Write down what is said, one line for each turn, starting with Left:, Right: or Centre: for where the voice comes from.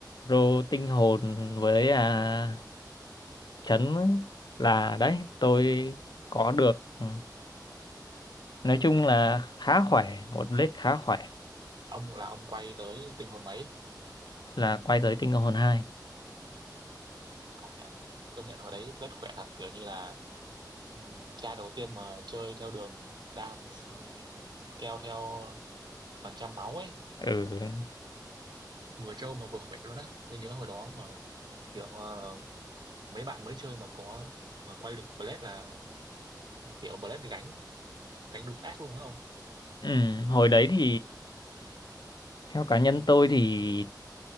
Left: rô tinh hồn với à, chấn ấy, là đấy tôi có
Right: luôn
Left: được ừ. nói chung là khá khỏe một lết khá khỏe
Right: ông là ông quay tới tình hồn mấy?
Left: là quay tới tinh hồn hai
Right: công nhận công nhận hồi đấy rất khỏe thật kiểu như là ừ, ca đầu tiên mà chơi theo đường đam ừ, scale theo phần trăm máu ấy
Left: ừ.
Right: vừa trâu mà vừa khỏe luôn á tôi nhớ hồi đó mà kiểu ờ, mấy bạn mới chơi mà có mà quay được Blade là kiểu Blade gánh gánh đúng ác luôn đó ông
Left: ừ hồi đấy thì theo cá nhân tôi thì